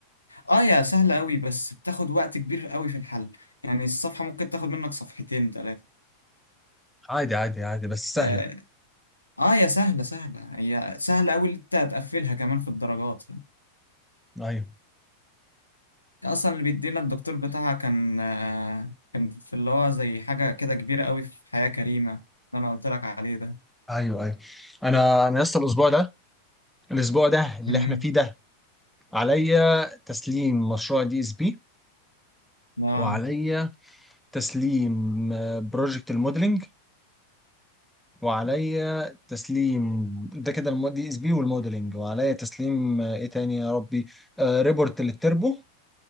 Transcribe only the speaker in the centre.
عادي عادي عادي بس سهلة
ايوه
ايوه ايوه انا انا لسه الاسبوع ده الاسبوع ده اللي
احنا فيه ده عليا تسليم مشروع دي اس بي
وعليا تسليم بروجكت الموديلنج وعليا تسليم ده كده المو... دي اس بي والموديلنج وعليا تسليم آه، ايه تاني يا ربي آه ريبورت للتربو